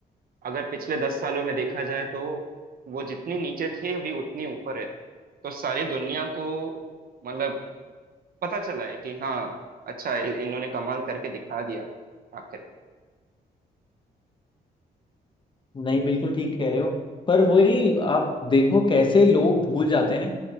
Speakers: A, on the right; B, on the left.
A: अगर पिछले दस सालों में देखा जाए तो वो जितनी नीचे थी अभी उतनी ऊपर है तो सारी दुनिया को मतलब पता चला है कि हाँ अच्छा इ- इन्होंने कमाल करके दिखा दिया आखिर
B: नहीं बिल्कुल ठीक कह रहे हो पर वही आप देखो कैसे लोग भूल जाते हैं